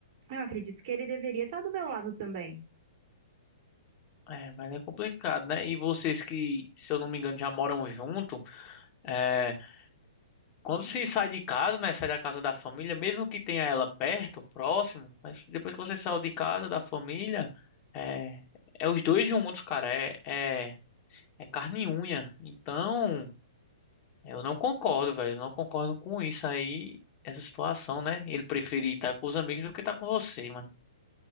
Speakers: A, on the right; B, on the left.
A: eu acredito que ele deveria estar do meu lado também.
B: É, mas é complicado, né? E vocês que, se eu não me engano, já moram junto, é, Quando se sai de casa, né? Sai da casa da família, mesmo que tenha ela perto, próximo, mas depois que você saiu de casa, da família, é, é os dois juntos, cara. É, é, é carne e unha. Então, eu não concordo, velho. Eu não concordo com isso aí, essa situação, né? Ele preferir estar com os amigos do que estar com você, mano.